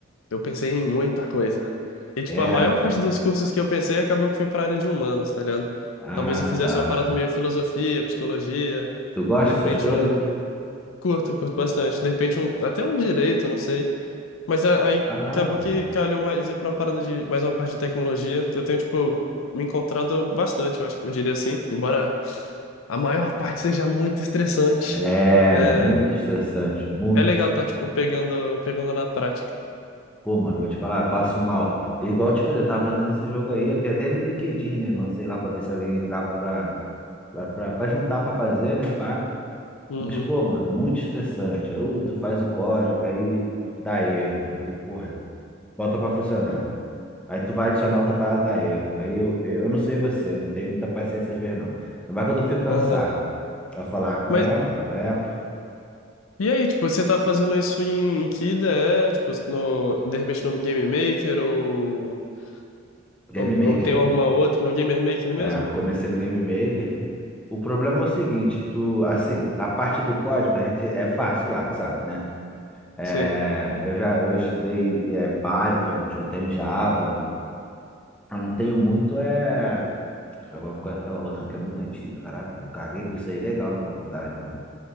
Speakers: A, on the left (about 85°); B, in the centre.
A: eu pensei em muita coisa. E, tipo,
B: É.
A: a maior parte dos cursos que eu pensei acabou que foi pra área de humanas, tá ligado?
B: Ah,
A: Talvez eu fizesse
B: tá.
A: uma parada meio filosofia, psicologia,
B: Tu gosta
A: de repente
B: dessas coisas?
A: um. Curto, curto bastante. De repente um... até um direito, não sei. Mas a- aí
B: Caraca.
A: acabou que calhou mais ir pra uma parada de. Mais uma parte de tecnologia. Eu tenho, tipo, me encontrado bastante, eu acho que eu diria assim. Embora a maior parte seja muito estressante,
B: É
A: é,
B: muito estressante, muito
A: é legal tá, tipo, pegando, pegando na prática.
B: Pô, mano, vou te falar, eu passo mal. É Igual eu te falei, eu tava fazendo esse jogo aí, eu tenho até ele no LinkedIn, né? Lancei lá pra ver se alguém entrava pra, pra, pra, pra juntar pra fazer, né? Pá.
A: Uhum.
B: Mas, pô, mano, muito estressante. Ou tu faz o código, aí dá erro. Aí tu, porra, bota pra funcionar. Aí tu vai adicionar outra parada, dá erro. Aí eu, eu, eu não sei você, eu não tenho muita paciência às vezes, não. Mas quando eu fico cansado,
A: Aham.
B: eu falo, ah, qual
A: Mas
B: é, mano? Qual é? pô?
A: E aí, tipo, você tá fazendo isso em, em que ideia? Tipo, no, de repente no Game Maker ou,
B: Game
A: ou,
B: Maker.
A: ou tem alguma outra no Game Maker mesmo?
B: É, eu comecei no Game Maker. O problema é o seguinte, tu, assim, a parte do código a gente é fácil lá, tu sabe, né? É,
A: Sim.
B: eu já eu estudei é, Python, eu tenho Java, eu não tenho muito é aquela aquela outra que é muito antiga, caraca, eu caguei por isso aí legal na faculdade, mano.